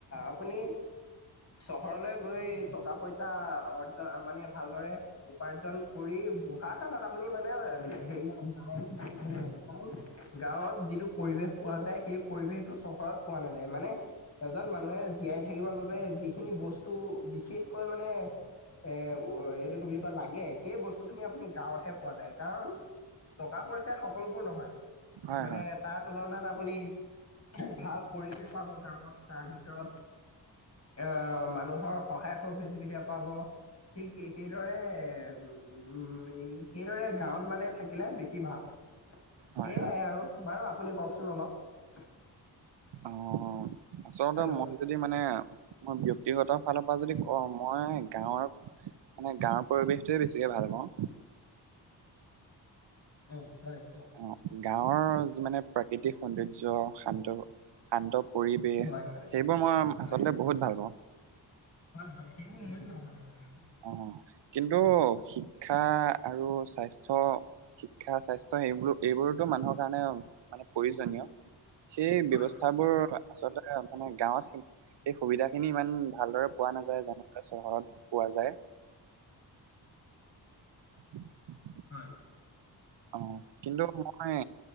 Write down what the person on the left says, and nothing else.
আপুনি চহৰলৈ গৈ টকা পইচা অৰ্জন মানে ভালদৰে উপাৰ্জন কৰি বঢ়া কালত আমি মানে হে গ কাৰণ গাঁৱত যিটো পৰিৱেশ পোৱা যায় সেই পৰিৱেশ টো চহৰত পোৱা নাযায়। মানে এজন মানুহে জীয়াই থাকিব বাবে যিখিনি বস্তু বিশেষকৈ মানে এ এইটো কি বুলি লাগে সেই বস্তু খিনি আপুনি গাঁৱতহে পোৱা যায় কাৰণ টকা পইচা সকলোবোৰ নহয়।
মানে
তাৰ তুলনাত আ- আপুনি ভাল পৰিৱেশ পাব গাঁৱত তাৰপিছত আহ মানুহৰ সহায় সহুযোগিতা পাব। ঠিক সেইদৰে উ সেইদৰে গাঁৱত মানে থাকিলে বেছি ভাল। সেয়াই
আৰু বাৰু আপুনি কওকচোন অলপ।
হেল্ল' অ
অ হয় ক
হয় হয়
হয়
হয় হয় সেইবোৰ মই ভাল পাম আৰু
হয়
হয়।